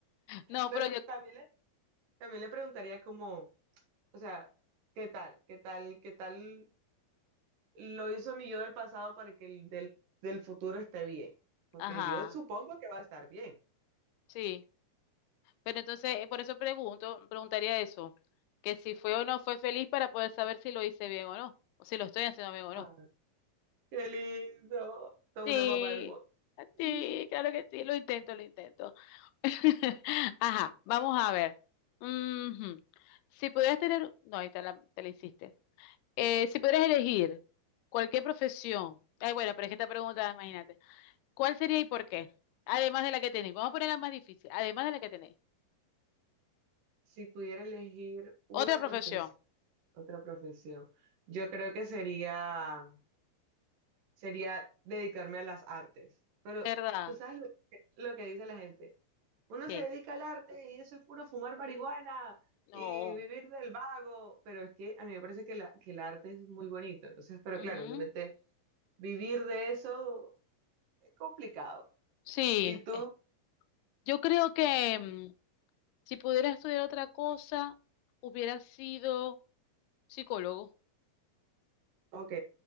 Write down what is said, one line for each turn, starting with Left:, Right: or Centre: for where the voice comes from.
Left: No,
Right: pero
Left: pero yo,
Right: también También le preguntaría como, o sea, ¿qué tal? ¿Qué tal? ¿Qué tal lo hizo mi yo del pasado para que el del, del futuro esté bien? Porque
Left: ajá,
Right: yo supongo que va a estar bien.
Left: sí. Pero entonces, eh, por eso pregunto, preguntaría eso, que si fue o no fue feliz para poder saber si lo hice bien o no, o si lo estoy haciendo bien o
Right: Ah,
Left: no.
Right: qué lindo. Toda
Left: Sí,
Right: una mamá hermosa. <laughs>
Left: sí, claro que sí, lo intento, lo intento. <laughs> Ajá, vamos a ver. Ujú. Si pudieras tener, no, ahí está la, te la hiciste. Eh, si pudieras elegir cualquier profesión, ay, bueno, pero es que esta pregunta, imagínate, ¿cuál sería y por qué? Además de la que tenéis, vamos a poner la más difícil, además de la que tenéis.
Right: Si pudiera elegir una
Left: Otra profesión,
Right: profesión, otra profesión, yo creo que sería sería dedicarme a las artes. Pero
Left: ¿verdad?
Right: tú sabes lo que, lo que dice la gente. Uno
Left: Sí.
Right: se dedica al arte y eso es puro fumar marihuana
Left: No.
Right: y vivir del vago. Pero es que a mí me parece que, la, que el arte es muy bonito. Entonces, pero
Left: Ujú.
Right: claro, obviamente vivir de eso es complicado.
Left: Sí.
Right: Y tú,
Left: Eh, Yo creo que mm, si pudiera estudiar otra cosa, hubiera sido psicólogo.
Right: ok,